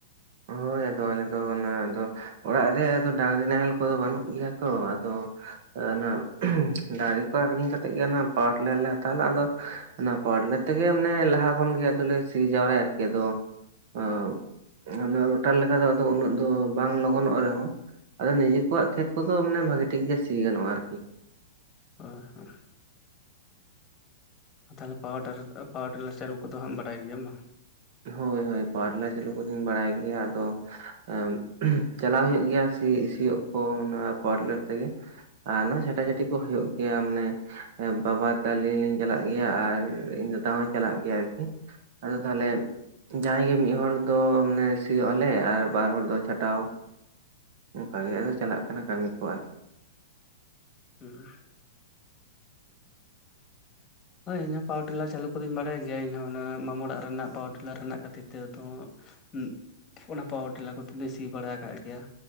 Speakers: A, on the right; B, on the left.
A: ᱦᱳᱭ ᱟᱫᱚ ᱟᱞᱮ ᱫᱚ ᱚᱱᱟ ᱫᱚ ᱦᱳᱭ ᱟᱫᱚ ᱚᱲᱟᱜ ᱨᱮ ᱟᱫᱚ ᱰᱟᱝᱨᱤ ᱱᱟᱦᱮᱞ ᱠᱚᱫᱚ ᱵᱟᱱᱩᱜ ᱜᱮᱭᱟ ᱛᱚ᱾ ᱟᱫᱚ ᱮᱻ ᱚᱱᱟ ᱰᱟᱝᱨᱤ ᱠᱚ ᱟᱠᱷᱨᱤᱧ ᱠᱟᱛᱮᱜ ᱜᱮ ᱚᱱᱟ ᱯᱟᱣᱟᱨ ᱴᱤᱞᱟᱨ ᱞᱮ ᱦᱟᱛᱟᱣ ᱞᱮᱜ ᱟᱫᱚ ᱚᱱᱟ ᱯᱟᱣᱟᱨᱴᱤᱞᱟ ᱛᱮᱜᱮ ᱢᱟᱱᱮ ᱞᱟᱦᱟ ᱠᱷᱚᱱ ᱜᱮ ᱟᱫᱚ ᱞᱮ ᱥᱤ ᱡᱟᱣᱨᱟᱭᱟ ᱟᱨᱠᱤ᱾ ᱟᱫᱚ ᱚᱻ ᱚᱱᱟ ᱨᱳᱴᱟᱨ ᱞᱮᱠᱟ ᱫᱚ ᱟᱫᱚ ᱩᱱᱟᱹᱜ ᱫᱚ ᱵᱟᱝ ᱞᱚᱜᱚᱱᱚᱜ ᱨᱮᱦᱚᱸ ᱟᱫᱚ ᱱᱤᱡᱮ ᱠᱚᱣᱟᱜ ᱠᱷᱮᱛ ᱠᱚᱫᱚ ᱢᱟᱱᱮ ᱵᱷᱟᱜᱤ ᱴᱷᱤᱠ ᱜᱮ ᱥᱤ ᱜᱟᱱᱚᱜ-ᱟ ᱟᱨᱠᱤ᱾
B: ᱚ ᱦᱚᱸ᱾ ᱟᱨ ᱛᱟᱦᱚᱞᱮ ᱯᱟᱣᱟᱨ ᱴᱟᱨᱟᱨ ᱟ ᱯᱟᱣᱟᱨ ᱴᱤᱞᱟᱨ ᱪᱟᱞᱩ ᱠᱚᱫᱚ ᱦᱟᱸᱜ ᱮᱢ ᱵᱟᱰᱟᱭ ᱜᱮᱭᱟᱢ ᱵᱟᱝ᱾
A: ᱦᱳᱭ ᱦᱳᱭ ᱯᱟᱣᱟᱨ ᱴᱤᱞᱟᱨ ᱪᱟᱹᱞᱩ ᱠᱚᱫᱚᱧ ᱵᱟᱲᱟᱭ ᱜᱮᱭᱟ ᱟᱫᱚᱼᱼ ᱟᱢ ᱪᱟᱞᱟᱣ ᱦᱩᱭᱩᱜ ᱜᱮᱭᱟ ᱥᱤ ᱥᱤᱭᱳᱜ ᱠᱚ ᱱᱚᱣᱟᱟ ᱯᱟᱣᱟᱨ ᱴᱤᱞᱟᱨ ᱛᱮᱜᱮ᱾ ᱟᱨ ᱱᱚᱣᱟ ᱪᱷᱟᱴᱟ ᱪᱷᱟᱹᱴᱤ ᱠᱚ ᱦᱩᱭᱩᱜ ᱜᱮᱭᱟ ᱢᱟᱱᱮ ᱦᱮ ᱵᱟᱵᱟ ᱛᱟᱹᱞᱤᱧ ᱞᱤᱧ ᱪᱟᱞᱟᱜ ᱜᱮᱭᱟ ᱟᱨ ᱤᱧ ᱫᱟᱫᱟ ᱦᱚᱸᱭ ᱪᱟᱞᱟᱜ ᱜᱮᱭᱟ ᱟᱨᱠᱤ᱾ ᱟᱫᱚ ᱛᱟᱦᱚᱞᱮ ᱡᱟᱦᱟᱸᱭ ᱜᱮ ᱢᱤᱫᱦᱚᱲ ᱫᱚ ᱢᱟᱱᱮ ᱥᱤᱭᱳᱜ ᱟᱞᱮ ᱟᱨ ᱵᱟᱨ ᱦᱚᱲ ᱫᱚ ᱪᱷᱟᱴᱟᱣ᱾ ᱚᱝᱠᱟ ᱜᱮ ᱟᱫᱚ ᱪᱟᱞᱟᱜ ᱠᱟᱱᱟ ᱠᱟᱢᱤ ᱠᱚ ᱟᱨ
B: <unintelligible> ᱦᱳᱭ ᱤᱧ ᱦᱚᱸ ᱯᱟᱣᱟᱨ ᱴᱤᱞᱟᱨ ᱪᱟᱞᱩ ᱠᱚᱫᱩᱧ ᱵᱟᱲᱟᱭ ᱜᱮᱭᱟ᱾ ᱤᱧ ᱦᱚᱸ ᱚᱱᱟ ᱢᱟᱢᱚ ᱚᱲᱟᱜ ᱨᱮᱱᱟᱜ ᱯᱟᱣᱟᱨ ᱴᱤᱞᱟᱨ ᱨᱮᱱᱟᱜ ᱠᱷᱟᱹᱛᱤᱨ ᱛᱮ ᱦᱚᱸ ᱩᱸᱜ ᱚᱱᱟ ᱯᱟᱣᱚᱨ ᱴᱮᱞᱟᱨ ᱠᱚᱛᱮ‌ ᱫᱩᱧ ᱥᱤ ᱵᱟᱲᱟ ᱟᱠᱟᱜ ᱜᱮᱭᱟ᱾